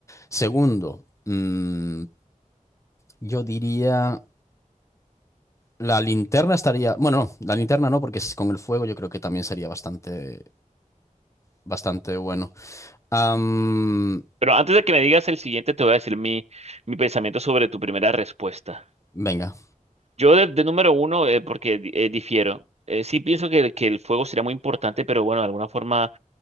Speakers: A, on the left; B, on the right.
A: Segundo, mm, yo diría... La linterna estaría. Bueno, no, la linterna no, porque con el fuego yo creo que también sería bastante, bastante bueno. Am,
B: Pero antes de que me digas el siguiente, te voy a decir mi, mi pensamiento sobre tu primera respuesta.
A: venga.
B: Yo de, de número uno, eh, porque di- eh, difiero. Eh, sí pienso que, que el fuego sería muy importante, pero bueno, de alguna forma